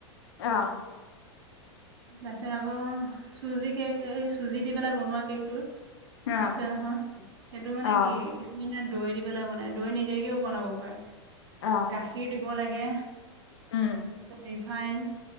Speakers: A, on the left; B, on the right.
A: অ।
B: তাৰ পিছত আকৌ চুজি কেক এই চুজি দি পেলাই বনোৱা কেকতো
A: অ',
B: আছে নহয় সেইটো মানে
A: অ',
B: কি কিছুমানে দৈ দি পেলাই বনাই দৈ নিদিয়াকেও বনাব পাৰে।
A: অ',
B: গাখীৰ দি দিব‌ লাগে।
A: উম,
B: <inaudible> ফাইন